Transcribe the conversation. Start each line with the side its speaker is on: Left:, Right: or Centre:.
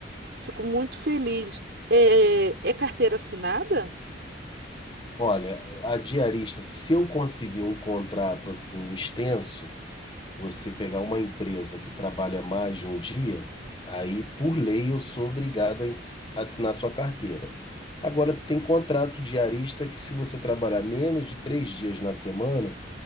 Right: Fico muito feliz. É, é carteira assinada?
Left: Olha, a diarista, se eu conseguir um contrato assim extenso, você pegar uma empresa que trabalha mais de um dia, aí por lei eu sou obrigado a ens- assinar sua carteira. Agora tem contrato diarista que se você trabalhar menos de três dias na semana,